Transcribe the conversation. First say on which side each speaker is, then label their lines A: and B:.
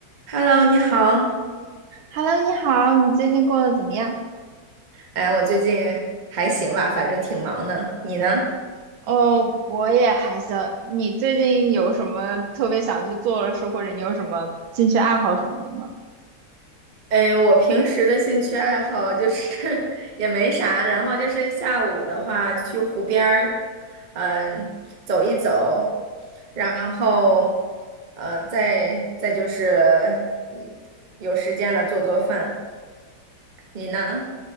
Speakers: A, on the right; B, on the right.
A: Hello，你好。
B: Hello，你好，你最近过得怎么样？
A: 哎，我最近还行吧，反正挺忙的。你呢？
B: 哦，我也还行。你最近有什么特别想去做的事，或者你有什么兴趣爱好什么的吗？
A: 嗯，我平时的兴趣爱好就是 <laughs> 也没啥，然后就是下午的话去湖边儿，嗯，走一走，然后，呃，再再就是有时间了做做饭。你呢？